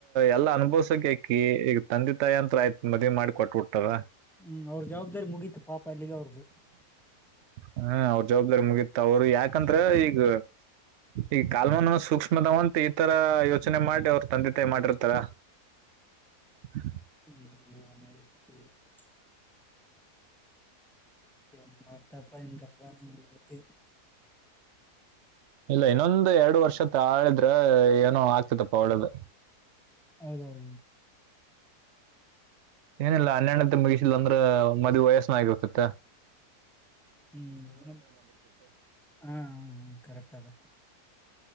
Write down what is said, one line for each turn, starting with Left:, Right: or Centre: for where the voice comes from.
Right: ಎಲ್ಲಾ ಅನುಭವ್ಸಕ ಎಕ್ಕಿ ಈಗ ತಂದೆ ತಾಯಿ ಅಂತ್ರ ಆಯ್ತ ಮದವಿ ಮಾಡಿ ಕೊಟ್ಟಬಟ್ಟಾರ
Centre: ಹ್ಮ್ ಅವ್ರ ಜವಾಬ್ದಾರಿ ಮುಗೀತ ಪಾಪ ಎಲ್ಲಿಗೆ ಅವ್ರ್ದು
Right: ಹ್ಮ ಅವ್ರ ಜವಾಬ್ದಾರಿ ಮುಗತ ಅವರು ಯಾಕಂದ್ರ ಈಗ ಈ ಕಾಲ್ಮನನು ಸೂಕ್ಷ್ಮದವಂತ ಈ ತರ ಯೋಚನೆ ಮಾಡಿ ಅವ್ರ ತಂದೆ ತಾಯಿ ಮಾಡಿರ್ತಾರ ಹ್ಮ
Centre: ಹ್ಮ್ನ ನ್ ವಾರ್ತಾಪ್ಪ ಇಂಗ ಆಗಣ ಉನ್ನತೆ
Right: ಇಲ್ಲ ಇನ್ನೊಂದು ಎರಡು ವರ್ಷ ಆಳಿದ್ರ ಏನೋ ಆಗ್ತತಪ್ಪ ಒಳ್ಳ್ದ
Centre: ಹೌದೌದು
Right: ಏನಿಲ್ಲ ಹನ್ನೆಣ್ಣತೆ ಮುಗಿಸಿಲ್ಲ ಅಂದ್ರ ಮದ್ುವ ವಯಸ್ಸನ ಆಗಿರ್ತತ್ತ
Centre: ಹ್ಮ್ ಹಾ ಹ್ಮ್ ಹ್ಮ ಕರೆಕ್ಟ್ ಅದ